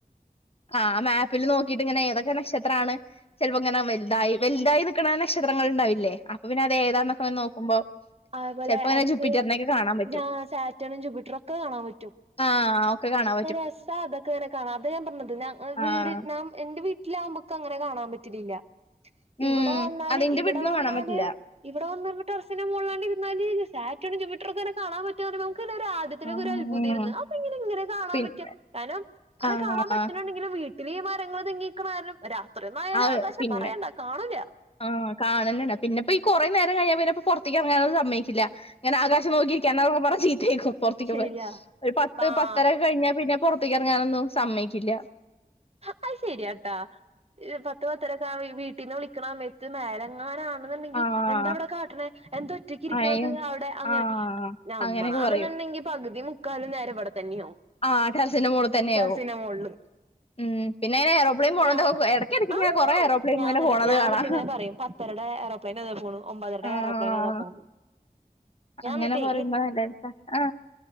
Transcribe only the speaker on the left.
ആഹ് ആ മാപ്പില് നോക്കിയിട്ട് ഇങ്ങനെ ഏതൊക്കെ നക്ഷത്രാണ്. ചെലപ്പോങ്ങനെ മൽതായി വൽതായി നിക്കണ നക്ഷത്രങ്ങൾണ്ടാവില്ലേ അപ്പൊ പിന്നെ അത് ഏതാന്നൊക്കെങ്ങനെ നോക്കുമ്പോ
ചെലപ്പോ ഇങ്ങനെ
ജൂപ്പിറ്ററിനെയൊക്കെ കാണാൻ പറ്റും
ആഹ് ഒക്കെ കാണാ
ആഹ്
ഉം
അതെന്റെ
വീട്ടിന്ന്
കാണാൻ പറ്റില്ല
ആഹ്
പിന്നെ
ആഹ്
അത്
പിന്നെ
ആഹ് കാണന്നല്ല, പിന്നപ്പ ഈ കൊറേ നേരം കഴിഞ്ഞാ പിന്നെപ്പം പൊറത്തേക്ക്റങ്ങാനന്നും സമ്മയ്ച്ചില്ല. ഇങ്ങനെ ആകാശം നോക്കി. <unintelligible> പറ ചീത്തേക്കും പൊറത്തേക്ക്
പോവാൻ, ഒരു പത്ത്
പത്തരക്കെ കഴിഞ്ഞാ പിന്നെ പൊറത്തേക്ക് ഇറങ്ങാനൊന്നു. സമ്മയ്ക്കില്ല.
ആഹ്
അയ
ആഹ്
അങ്ങനെയൊക്കെ പറയും
ആഹ് ടെറസിന്റെ മോള് തന്നെ
ആവും.
ഉം പിന്നെ <unintelligible>
എടക്കെടക്ക് ഇങ്ങനെ
കൊറേ ഏറോപ്ലെയിൻ
ഇങ്ങനെ പോണത്
കാണാം
ആഹ്
അങ്ങനെ
പറയുമ്പോ നല്ലരസാ ആ